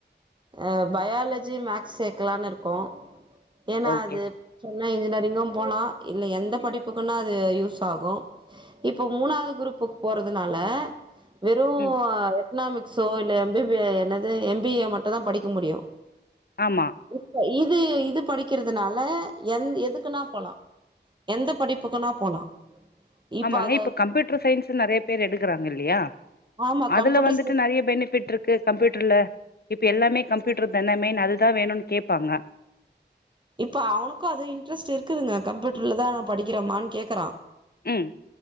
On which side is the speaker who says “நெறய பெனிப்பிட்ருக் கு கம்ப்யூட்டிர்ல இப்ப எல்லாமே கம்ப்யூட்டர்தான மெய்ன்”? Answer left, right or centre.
Left